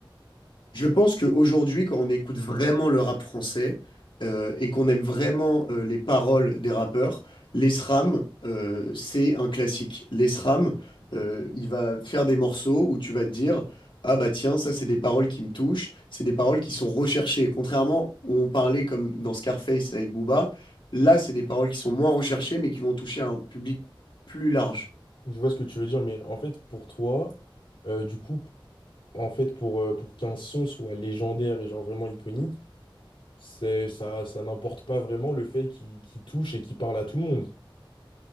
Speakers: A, on the left (about 65°); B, on the left (about 85°).
A: Je pense qu'aujourd'hui, quand on écoute vraiment le rap français euh, et qu'on aime vraiment euh, les paroles des rappeurs, l'ESRAM, euh, c'est un classique. L'ESRAM, euh, il va faire des morceaux où tu vas te dire, Ah bah tiens, ça c'est des paroles qui me touchent, c'est des paroles qui sont recherchées. Contrairement où on parlait comme dans Scarface avec Booba, là c'est des paroles qui sont moins recherchées mais qui vont toucher un public plus large.
B: Je vois ce que tu veux dire, mais en fait, pour toi, euh, du coup, en fait, pour, euh, pour qu'un son soit légendaire et genre vraiment iconique, c'est, ça, ça n'importe pas vraiment le fait qu'il qu'il touche et qu'il parle à tout le monde.